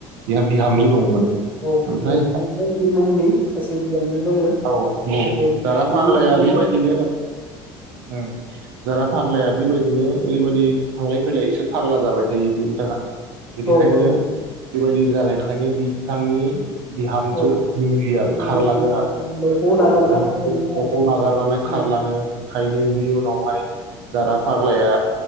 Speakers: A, on the right; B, on the left.
A: बिहा बिहामजो
B: औ
A: दंमोन
B: औ
A: ओमफ्राय
B: बिहामजो मुंग्लि मुंनि सासे बिहामजो दंमोन
A: औ औ
B: बेनि
A: जारा फाग्लाया
B: न'खराव
A: बेबायदिनो ओम जारा फाग्लाया बेबायदिनो ओरैबायदि थांलाय फैलाय एसे फाग्ला जाबाय थायो बे बिथाङा बिनिखायनो
B: औ नंगौ
A: बेबायदि जानायखायनो बिथांनि बिहामजो
B: औ
A: मुंग्लिया
B: मंग्लिया
A: खारलाङो आरो
B: न'खौ नागारना
A: औ
B: खारदोंमोन
A: नखौ नागारनानै
B: आरो
A: खारलाङो खायनो बिनि उनावहाय जारा फाग्लाया